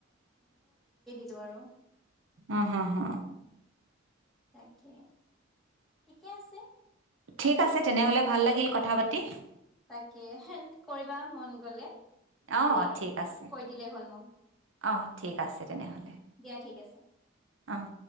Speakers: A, in the centre; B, on the right.
A: টো আৰু
B: অ', হ, হ।
A: তাকে ঠিকে আছে।
B: ঠিক আছে তেনেহ'লে, ভাল লাগিল কথা পাতি।
A: তাকে কৰিবা মন গলে। হেৰি
B: অ', ঠিক আছে,
A: কৈ দিলেই হ'ল মোক
B: অ', ঠিক আছে তেনেহ'লে
A: দিয়া ঠিক আছে
B: অহ,